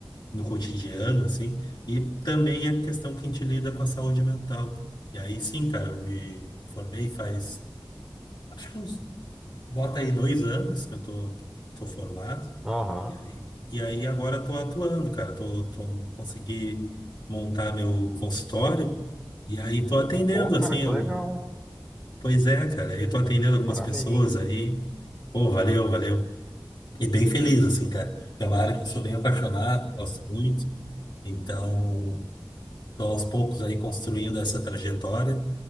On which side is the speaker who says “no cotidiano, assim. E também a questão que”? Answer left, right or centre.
Left